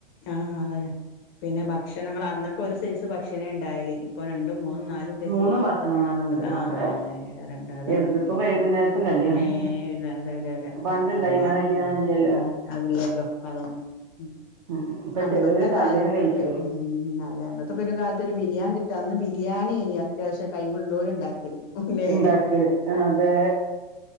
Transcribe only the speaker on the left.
ആഹ് അതതെ പിന്നെ ഭക്ഷണങ്ങൾ അന്നൊക്കെ ഒരു സൈസ് ഭക്ഷണ ഉണ്ടായല്േ ഇപ്പൊ രണ്ടും മൂന്നും നാലും സൈസ്
ഫുഡ് ആഹ്
ല രണ്ട അതന്നെ
ഏഹ് പിന്ന അട അതത
പോവാ
അതല്ലല്ലോ അതാണ് ഉം
അന്നത്തെ
കാലത്തൊക്കെ
ഉം അതെ അന്നത്തൊക്കെ ഒരു കാലത്ത് ഒരു ബിരിയാണി ന്ന് ബിരിയാണിയെനി അത്യാവശ്യം കഴിവുള്ളവരു ഉണ്ടാക്കല്േ ല്ലേ